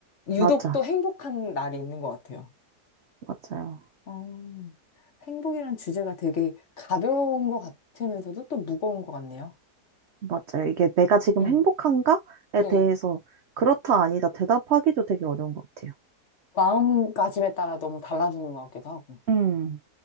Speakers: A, on the left (about 50°); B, on the right (about 75°).
A: 유독
B: 맞아,
A: 또 행복한 날이 있는 것 같아요.
B: 맞아요,
A: 어, 행복이라는 주제가 되게 가벼운 것 같으면서도 또 무거운 것 같네요.
B: 맞아요. 이게 내가 지금
A: 음.
B: 행복한가에
A: 네.
B: 대해서 그렇다 아니다 대답하기도 되게 어려운 것 같아요.
A: 마음가짐에 따라 너무 달라지는 것 같기도 하고.
B: 음,